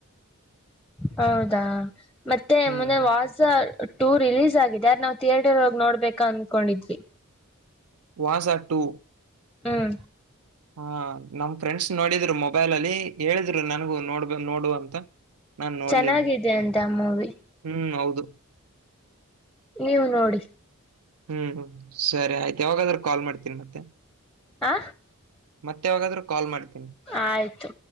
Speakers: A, in the centre; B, on the right (about 80°).
A: ಹೌದಾ ಮತ್ತೆ
B: ಹ್ಮ್
A: ಮೊನ್ನೆ ವಾಸ ಟೂ ರಿಲೀಸ್ ಆಗಿದೆ ಯಾರ ನಾವ್ ಥಿಯೇಟರ್ಗಿ ನೋಡ್ಬೇಕ ಅನ್ಕೊಂಡಿದ್ವಿ
B: ವಾಸ ಟು
A: ಹ್ಮ್
B: ಹಾ ನಮ್ ಫ್ರೆಂಡ್ಸ್ ನೋಡಿದ್ರು ಮೊಬೈಲ ಅಲ್ಲಿ ಹೇಳಿದ್ರು ನನ್ಗೂ ನೋಡ್ಬ ನೋಡು ಅಂತ ನಾನ್ ನೋಡ್ಲಿಲ್ಲ
A: ಚೆನ್ನಾಗಿದೆ ಅಂತ ಮೂವಿ
B: ಹ್ಮ್ ಹೌದು
A: ನೀವು ನೋಡಿ
B: ಹ್ಮ್ ಸರಿ ಆಯ್ತು ಯಾವಾಗಾದ್ರೂ ಕಾಲ್ ಮಾಡ್ತೀನಿ ಮತ್ತೆ
A: ಆ
B: ಮತ್ತೆವಾಗಾದ್ರ ಕಾಲ್ ಮಾಡ್ತವಿ
A: ಆಯ್ತು